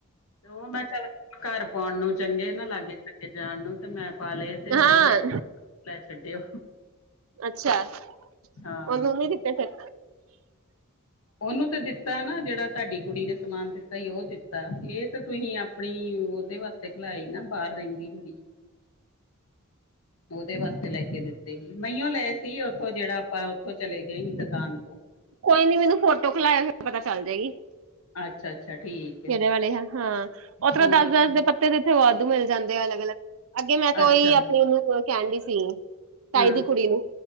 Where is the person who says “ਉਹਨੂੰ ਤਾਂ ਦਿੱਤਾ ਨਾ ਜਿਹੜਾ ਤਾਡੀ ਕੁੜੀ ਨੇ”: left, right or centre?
Left